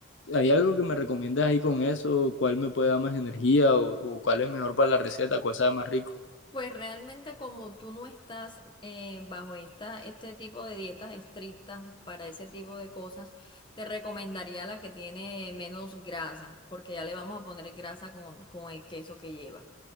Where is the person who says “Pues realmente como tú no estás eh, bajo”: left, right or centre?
Left